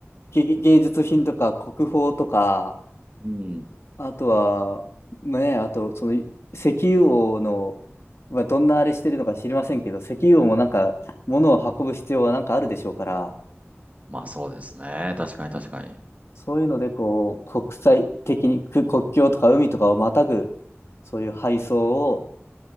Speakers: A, on the left; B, on the right.
A: げ芸術品とか国宝とか、
B: うん。
A: あとは、ね、あと、その、石油王の、まあどんなあれしてるのか知りませんけど、石油王もなんか、物を運ぶ必要はなんかあるでしょうから、
B: まあそうですね。確かに確かに。
A: そういうので、こう、国際的に、く国境とか海とかをまたぐ、そういう配送を